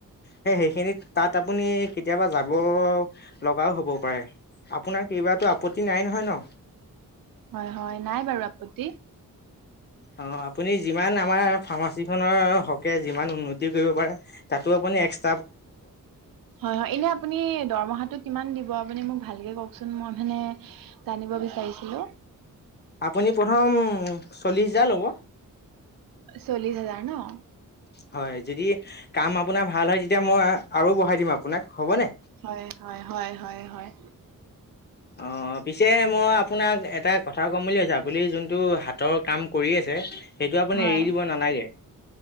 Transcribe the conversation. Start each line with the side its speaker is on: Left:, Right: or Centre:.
Left: সেই সেইখিনিত তাত আপুনি কেতিয়াবা যাব লগাও হ'ব পাৰে। আপোনাৰ কেইবাতো আপত্তি নাই নহয় ন?
Right: হয় হয় নাই বাৰু আপত্তি।
Left: অ আপুনি যিমান আমাৰ ফাৰ্মাচীখনৰ হকে যিমান উন্নতি কৰিব পাৰে তাতো আপুনি এক্স
Right: হয় হয় এনে আপুনি দৰমহাটোত কিমান দিব? আপুনি মোক ভালকে কওকচোন মই মানে জানিব বিচাৰিছিলো।
Left: আপুনি প্ৰথম চল্লিশ হেজাৰ ল'ব।
Right: চল্লিশ হাজাৰ ন?
Left: হয় যদি কাম আপোনাৰ ভাল হয় তেতিয়া মই আৰু বঢ়াই দিম আপোনাক, হ'বনে?
Right: হয় হয় হয় হয় হয়
Left: অ পিছে মই আপোনাক এটা কথাও ক'ম বুলি ভাবছো আপুনি যোন টো হাতৰ কাম কৰি আছে সেইটো আপুনি
Right: হয়
Left: এৰি দিব নালাগে।